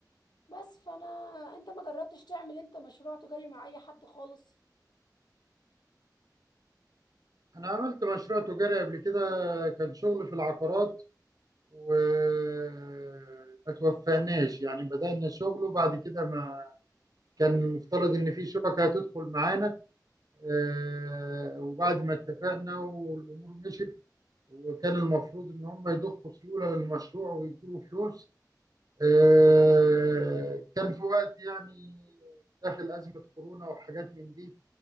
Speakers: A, on the left; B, on the right.
A: بس فانا انت ما جربتش تعمل انت مشروع تجاري مع اي حد خالص
B: أنا عملت مشروع تجاري قبل كده كان شغل في العقارات وما توفقناش يعني بدأنا شغل وبعد كده ما كان المفترض إن في شركة هتدخل معانا آه، وبعد ما اتفقنا والأمور مشيت وكان المفروض إن هم يضخوا سيولة للمشروع ويدوا فلوس آه، كان في وقت يعني داخل أزمة كورونا وحاجات من دي